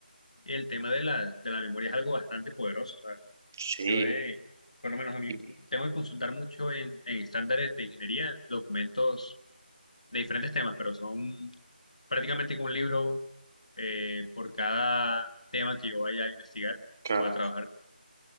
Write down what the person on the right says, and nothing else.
Sí,
y-
claro.